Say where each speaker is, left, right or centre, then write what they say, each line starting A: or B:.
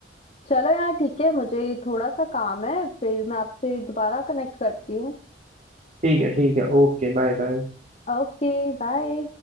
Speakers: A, on the left; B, on the right.
A: चलो यार ठीक है मुझे थोड़ा सा काम है फिर मैं आपसे दोबारा कनेक्ट करती हूँ
B: ठीक है ठीक है ओके बाय बाय
A: Okay bye